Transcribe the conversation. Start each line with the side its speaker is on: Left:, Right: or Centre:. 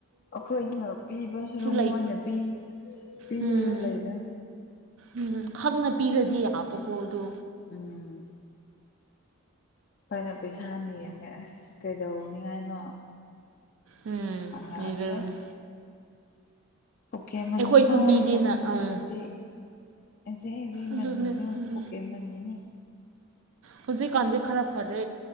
Left: ꯑꯩꯈꯣꯏꯅ ꯄꯤꯕꯁꯨꯔ ꯃꯣꯏꯅ
Right: ꯂꯩ
Left: ꯄꯤ ꯄꯤꯔꯒ
Right: ꯎꯝ
Left: ꯂꯩꯔ
Right: ꯎꯝ ꯈꯪꯅ ꯄꯤꯔꯗꯤ ꯌꯥꯕꯀꯣ ꯑꯗꯣ
Left: ꯎꯝ ꯑꯩꯏꯅ ꯄꯩꯁꯥꯅꯤ ꯌꯦꯡꯅꯦ ꯑꯁ ꯀꯩꯗꯧꯅꯤꯉꯥꯏꯅꯣ
Right: ꯎꯝ
Left: ꯑ
Right: ꯅꯤꯗꯕꯅꯦ
Left: ꯑꯗꯤ ꯑꯣꯀꯦ ꯃꯅꯤ
Right: ꯑꯩꯈꯣꯏꯁꯨ
Left: ꯐꯥꯎ ꯂꯩꯗꯕꯅꯦ
Right: ꯃꯤꯅꯤꯅ ꯎꯝ
Left: ꯑꯩꯁꯦ ꯑꯦꯖꯩꯖꯩ
Right: ꯑꯗꯨꯅꯦ
Left: ꯃꯅꯤꯔ
Right: ꯎꯝ
Left: ꯑꯣꯀꯦ ꯃꯅꯤꯔ
Right: ꯍꯧꯖꯤꯛꯀꯥꯟꯗꯤ ꯈꯔ ꯐꯔꯦ